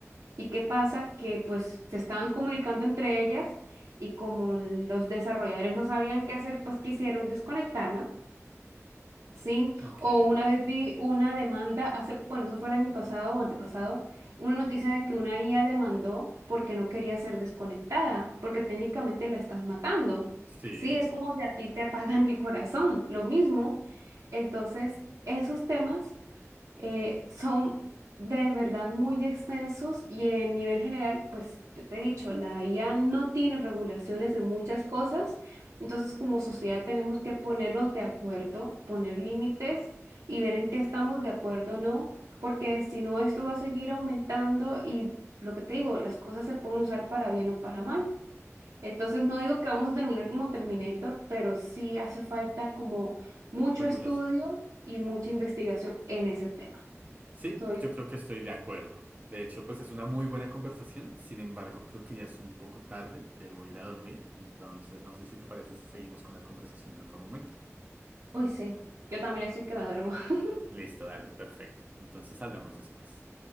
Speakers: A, on the right; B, on the right.
A: ¿Y qué pasa? Que pues se estaban comunicando entre ellas y como los desarrolladores no sabían qué hacer, pues quisieron desconectarla, ¿sí?
B: Ok.
A: O una vez vi una demanda hace, bueno, eso fue el año pasado o antepasado, una noticia de que una IA demandó porque no quería ser desconectada, porque técnicamente la estás matando,
B: Sí,
A: ¿sí? Es como si a ti te apagan el corazón, lo mismo. Entonces, esos temas eh, son de verdad muy extensos y en nivel general, pues yo te he dicho, la IA no tiene regulaciones en muchas cosas, entonces como sociedad tenemos que ponernos de acuerdo, poner límites y ver en qué estamos de acuerdo o no, porque si no, esto va a seguir aumentando y lo que te digo, las cosas se pueden usar para bien o para mal. Entonces no digo que vamos a terminar como Terminator, pero sí hace falta como mucho
B: regulación.
A: estudio y mucha investigación en ese tema.
B: Sí,
A: Estoy,
B: yo creo que estoy de acuerdo. De hecho, pues es una muy buena conversación. Sin embargo, creo que ya es un poco tarde. Debo ir a dormir. Entonces, no sé si te parece si seguimos con la conversación en otro momento.
A: uy, sí, yo también estoy que me duermo. <laughs>
B: Listo, dale, perfecto. Entonces hablamos después.